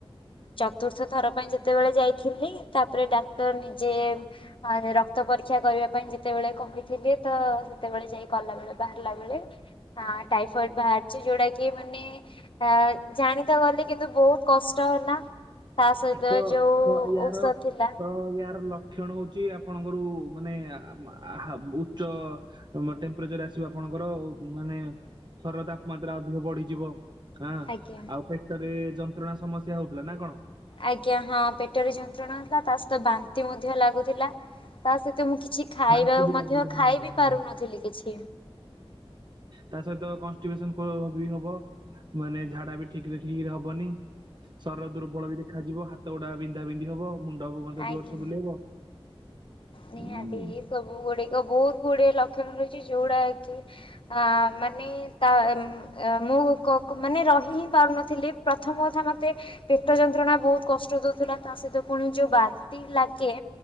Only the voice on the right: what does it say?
ତ
ୟାର
ତ ୟାର ଲ ଲକ୍ଷଣ ହଉଛି ଆପଣଙ୍କର ଉ ମାନେ ଆ-ଆ- ଉଚ୍ଚ ଟେମ୍ପେରେଚର ଆସିବ ଆପଣଙ୍କର ମାନେ <unintelligible> ତାପମାତ୍ରା ଅଧିକ ବଢିଯିବ। ହା
ଆଉ ପେଟରେ ଯନ୍ତ୍ରଣା ସମସ୍ୟା ହଉଥିଲା ନା କଣ?
ବାନ୍ତି ବି
ଲାଗିବ ହଁ
ହଁ।
ତା ସହିତ କନଷ୍ଟିପେସନ କ ବି ହବ ମାନେ ଝାଡା ବି ଠିକରେ ଠିକରେ ହବନି। ଶରୀର ଦୁର୍ବଳ ବି ଦେଖାଯିବ ହାତ ଗୁଡା ବିନ୍ଧା ବିନ୍ଧି ହବ। ମୁଣ୍ଡ <unintelligible>
ଜୋର ସେ ବୁଲେଇବ
ହୁଁ।